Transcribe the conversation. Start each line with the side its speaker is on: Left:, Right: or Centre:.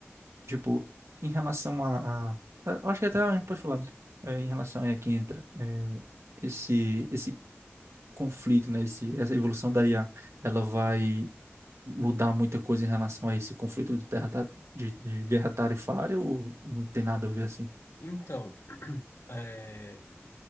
Right: tipo, em relação a, a- eu acho que até a gente pode falar, né? É, em relação a quem entra, é, esse, esse conflito, né? Esse, essa evolução da IA, ela vai mudar muita coisa em relação a esse conflito de, terra, ta- de, de guerra tarifária ou não tem nada a ver assim?
Left: Então. <clears throat> é,